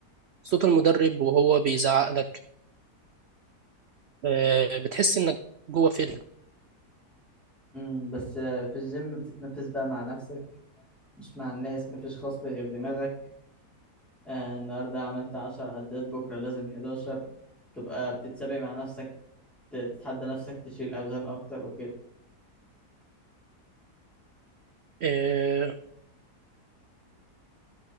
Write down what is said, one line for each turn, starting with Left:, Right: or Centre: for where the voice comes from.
Right: صوت المدرب وهو بيزعق لك آه، بتحس انك جوه فيلم
Centre: امم بس آه، في الجيم بتتنفس بقى مع نفسك مش مع الناس مفيش خصب غير دماغك آه، النهاردة عملت عشر عدات بكرة لازم حداشر تبقى بتتسابق مع نفسك ت- تتحدى نفسك تشيل أوزان أكتر وكده
Right: آه،